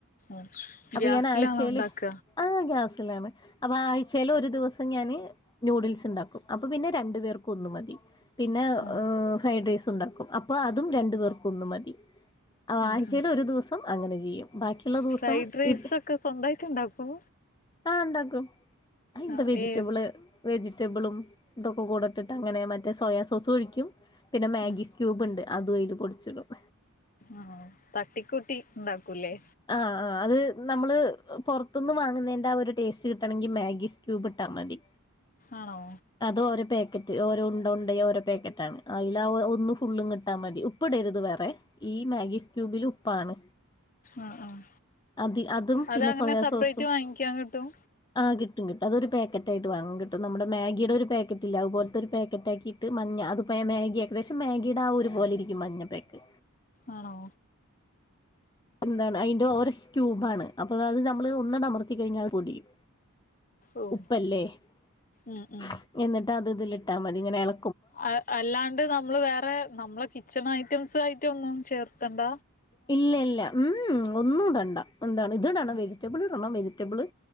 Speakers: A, on the left (about 35°); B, on the left (about 20°).
A: ആഹ്
B: അപ്പൊ
A: ഗ്യാസിലാണോ
B: ഞാൻ ആഴ്ചയില്
A: ഇണ്ടാക്ക
B: ആ ഗ്യാസിലാണ് അപ്പ ആഴ്ചേല് ഒരു ദിവസം പ്പ ഞാൻ ന്യൂഡിൽസ് ഇണ്ടാക്കും അപ്പൊ പിന്നെ രണ്ട് പേർക്കും ഒന്ന് മതി പിന്നെ
A: ആഹ്
B: ഏഹ് ഫ്രെഡ് റൈസുണ്ടാക്കും അപ്പ അതും രണ്ട് പേർക്കും ഒന്ന് മതി ആഴ്ച്ചെല്
A: ഉം ഉം
B: ഒരു ദുസം പ്പം അങ്ങനെ ചെയ്യും ബാക്കിള്ള ദുവസം
A: ഫ്രൈഡ് റൈസൊക്കെ
B: ഇഡ്
A: സ്വന്തായിട്ട് ഇണ്ടാക്കോ
B: ആഹ് ണ്ടാക്കും അയിന്താ
A: ആഹ്
B: വെജിറ്റബിള്
A: ഏത്
B: വെജിറ്റബിളും ഇതൊക്ക കൂടെ ഇട്ടിട്ട് അങ്ങനെ മറ്റേ സോയാ സോസും ഒഴിക്കും പിന്നെ മാഗി
A: ഉം
B: സ്ക്യൂ ബ്ണ്ട് അതും അയിൽ പൊടിച്ചിടും
A: ആഹ് തട്ടി ക്കൂട്ടി ണ്ടാക്കുലേ
B: ആഹ് ആഹ് അത് നമ്മള് പുറത്തുന്ന് വാങ്ങുന്നെന്റെ ആ ഒരു ടേസ്റ്റ് കിട്ടണെങ്കി മാഗീസ് ക്യൂബ് ഇട്ടാ മതി
A: ആണോ?
B: അത്ഓരോപേക്കറ്റ്ഓരോണ്ടണ്ടയോരോപേക്കറ്റാണ്അയില ഒന്ന് ഫുുള്ളുങ്ങിട്ടാമതിയൊ ഇപ്പ്ടര്ത് വേറെ ഈ മാഗീസ് ക്യൂബില് ഉപ്പാണ്
A: ആഹ് ആഹ്
B: അതിഅതുംപിന്നെസോയാ
A: അതങ്ങനെ സെപ്പറേറ്റ്
B: സോസും
A: വാങ്ങിക്കാൻ കിട്ടും
B: ആഹ്കിട്ടും കിട്ടും അതൊരു പേക്കറ്റായിയിട്ട് വാങ്ങാകിട്ടും നമ്മുടെമാ ഗിയിടൊരുപേക്കറ്റില്ലേഅയിപോലത്തൊരുപേക്കറ്റാക്കിയിട്ട്മഞ്ഞ അത് പേമേഗിഏകദേശംമേഗിയിടെ ആഒരുപോലെയിരിക്കും ഈമഞ്ഞപൈക്ക്
A: ആണോ?
B: എന്താണ് അതിന്റോരോസ് ക്യൂബണ് അപ്പഅത് നമ്മള് ഒന്നണ്ടമർത്തികഴിഞ്ഞ അയി പൊടിയും
A: ഓഹ്
B: ഉപ്പല്ലേഎന്നിട്ടത്
A: ഉം ഉം
B: ഇതിലിട്ടാ മതി ഇങ്ങനെ എള
A: അഹ്അല്ലാണ്ട് നമ്മള് വേറെ നമ്മള് കിച്ചൺഐറ്റംസായിറ്റൊന്നുംചേർത്തണ്ട
B: ഇല്ല്യഇല്ല്യ ഉം ഒന്നുടണ്ടഎന്താണ് ഇതി ടണംവെജി
A: ഉം
B: വെജിറ്റബ്‌ളിടണംവെജിറ്റബിള്